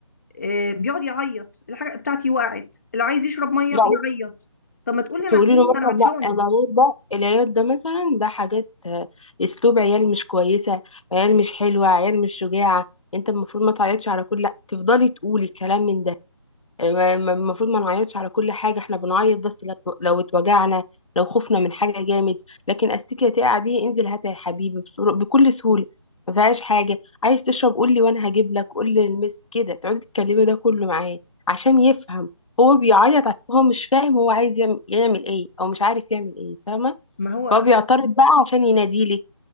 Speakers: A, on the left (about 30°); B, on the left (about 80°).
A: آه، بيقعد يعيط الحاجه بتاعتي وقعت اللي عايز يشرب ميه
B: لا
A: يعيط طب ما تقولي
B: تقولي
A: انا قولي
B: له مثلا
A: انا عطشان
B: لا العياط ده العياط ده مثلا ده حاجات آه، اسلوب عيال مش كويسه عيال مش حلوه عيال مش شجاعه انت المفروض ما تعيطش على كل لا تفضلي تقولي كلام من ده ما- ما- المفروض ما نعيطش على كل حاجة احنا بنعيط بس لو لو اتوجعنا لو خفنا من حاجة جامد لكن استيكية تقع دي انزل هاتها يا حبيبي بسرو- بكل سهولة ما فيهاش حاجة عايز تشرب قول لي وانا هجيب لك قول لي المس كده تقعدي تتكلمي ده كله معاه عشان يفهم هو بيعيط عشان هو مش فاهم هو عايز يعمل, يعمل ايه او مش عارف يعمل ايه فاهمة
A: ما هو
B: فهو بيعترض بقى عشان يناديلك